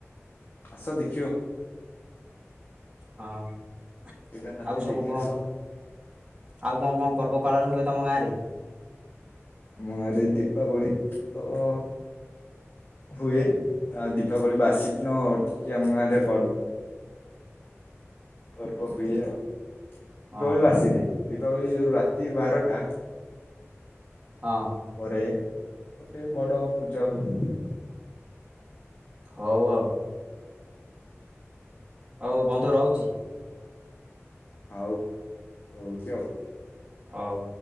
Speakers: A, on the left; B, on the right.
A: ଆସ ଦେଖିବ।
B: ହଁ
A: କେବେ ହାତୀ
B: ଆଉ ସବୁ
A: ଦେଖି
B: କଣ
A: ଆସ
B: ଆଉ କଣ କଣ ପର୍ବ ପାଳନ ହୁଏ ତମ ଗାଁରେ।
A: ଆମ ଗାଁରେ ଦୀପାବଳି ତଅ ହୁଏ ତା ଦୀପାବଳି ବାସି ଦିନ ଟିକେ ଆମ ଗାଁରେ ବ ପର୍ବ ହୁଏ ଆଉ ଦୀପାବଳି
B: ହଁ
A: ବାସିରେ ଦୀପାବଳି ମୁଁ ଯଉଁ ରାତି ବାରଟା
B: ହଁ
A: ପରେ ଗୋଟେ ବଡ଼ ପୂଜା ହୁଏ।
B: ହଉ ଆଉ ଓଉ
A: ଆଉ କଣ
B: ବନ୍ଧୁର ରହୁଚି।
A: ଆଉ ରହୁଚି ଆଉ
B: ହଉ